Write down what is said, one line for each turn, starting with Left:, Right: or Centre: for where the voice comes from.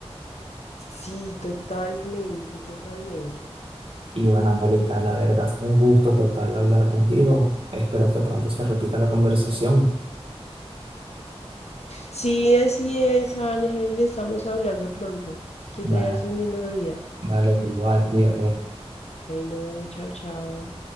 Left: sí, totalmente, totalmente.
Right: Y bueno, Angélica, la verdad fue un gusto total hablar contigo. Espero que pronto se repita la conversación.
Left: Sí, así es, Ángel, estamos hablando pronto. Que tengas
Right: Va-
Left: un lindo día.
Right: Vale, te igual, cuídate.
Left: Bueno, chao, chao.